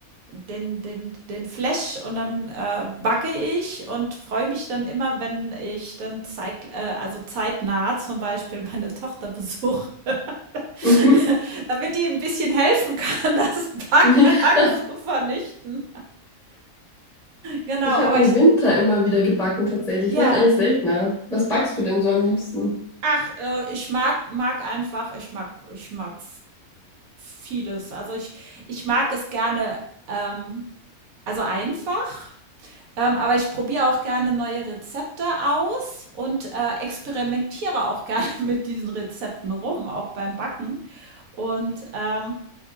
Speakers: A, on the right; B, in the centre.
A: den den den Flash und dann, äh, backe ich und freue mich dann immer, wenn ich dann zeit äh, also, zeitnah zum Beispiel meine Tochter besuche, <laughs>
B: Mhm.
A: damit die ein bisschen helfen kann, <laughs> das Backwerk
B: <laughs>
A: zu vernichten. Genau,
B: Ich
A: aber
B: habe im
A: ich
B: Winter immer wieder gebacken tatsächlich.
A: ja.
B: Mache ich eigentlich seltener. Was backst du denn so am liebsten?
A: Ach, äh, ich mag mag einfach ich mag ich mag vieles. Also, ich ich mag es gerne, ähm, also, einfach, ähm, aber ich probiere auch gerne neue Rezepte aus und, äh, experimentiere auch gerne <laughs> mit diesen Rezepten rum, auch beim Backen. Und, ähm,